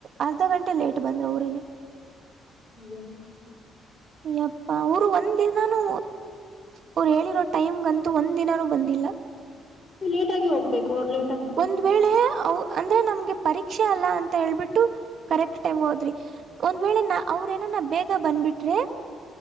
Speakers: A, on the right; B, on the left.
A: ಅರ್ಧ ಗಂಟೆ ಲೇಟ್ ಬಂದ್ರ ಅವರೇನೇ
B: ಅಯ್ಯೋ
A: ಯಪ್ಪಾ ಅವರು ಒಂದ್ ದಿನಾನೂ ಅವರು ಹೇಳಿರೋ ಟೈಮ್ಂಗಂತೂ ಒಂದ್ ದಿನಾನೂ ಬಂದಿಲ್ಲ. <unintelligible>
B: ಲೇಟಾಗಿ ಹೋಗ್ಬೇಕು ಅವರ ಲೇ <unintelligible>
A: ಒಂದ್ ವೇಳೆ ಅಂದ್ರೆ ನಮ್ಗೆ ಪರೀಕ್ಷೆ. ಶಕ್ಷೆ ಅಲ್ಲಾ ಅಂತ ಹೇಳ್ಬಿಟ್ಟು ಕರೆಕ್ಟ್ ಟೈಮ್ಗೆ ಹೋದ್ರಿ ಒಂದ್ ವೇಳೆ ನ ಅವ್ರ ಏನಾನ ಬೇಗ ಬಂದ್ಬಿಟ್ರೆ